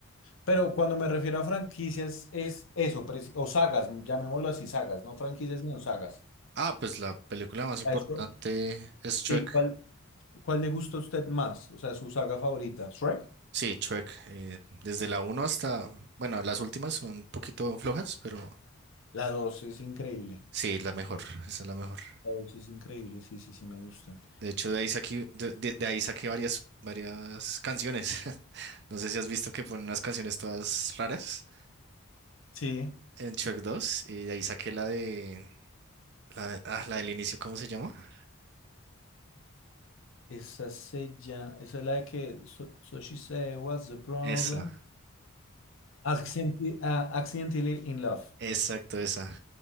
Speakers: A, on the left; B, on the right.
A: Pero cuando me refiero a franquicias es eso, preci- o sagas, llamémoslo así, sagas, no franquicias sino sagas.
B: Ah, pues la película más importante
A: A Eso.
B: es Shrek.
A: ¿Y cuál, cuál le gusta a usted más? O sea, su saga favorita. Shrek.
B: Sí, Shrek. eh, desde la uno hasta, bueno, las últimas son un poquito flojas, pero
A: La 2 es increíble.
B: sí, la mejor, esa es la mejor.
A: Ouch, Es increíble, sí, sí, sí, me gusta.
B: De hecho, de ahí saqué, de, de- de ahí saqué varias, varias canciones. <laughs> No sé si has visto que ponen unas canciones todas raras
A: Sí,
B: en Shrek dos y de ahí saqué la de, la, de- ah, la del inicio, ¿cómo se llama? Ah,
A: esa se llama, esa es la de que, so, so she said, what's the problem?
B: Esa,
A: Accidenti- ah, accidentally in love.
B: exacto, esa.